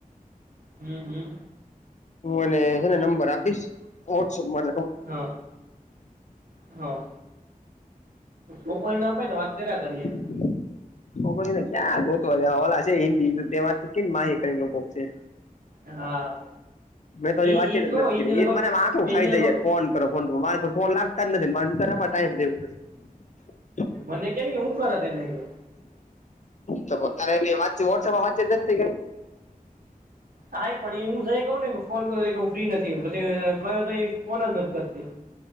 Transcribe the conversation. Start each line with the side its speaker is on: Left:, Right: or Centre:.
Right: હમ્મ, હમ્મ.
Left: હું અને છે ને, નંબર આપીશ, વોટ્સઅપમા.
Right: હા, હા. લોકોઈને અપાય ને, વાત કર્યા કરીએ.
Left: <unintelligible> ને ક્યાં ગોતો ઓલા છે, હિન્દી તેમાંથી કે માહિતી કરી છે.
Right: હા.
Left: મેં તો હ
Right: ઈ
Left: વાચી
Right: ઈ
Left: ર નક્કી,
Right: કઉ ઈ લગભગ
Left: એ જ મને માથું ખાઈ
Right: એને લગભગ
Left: જર કોણ <unintelligible> કરો ફોન કરે, મારે પણ ફોન લાગતા જ નથી, મારે એમાં ટાઈમ લેવું પડશે.
Right: મને કેને કે, હુ ખરા તને કે?
Left: તો તારે એ વાંચી વોટ્સએપમાં વાંચે જ ગઈ.
Right: હા, પણ એ હું જઈ કહું ને, ફોન કરે હું, ફ્રી નથી પ કહયો તો, ફોન જ નથી કરતી.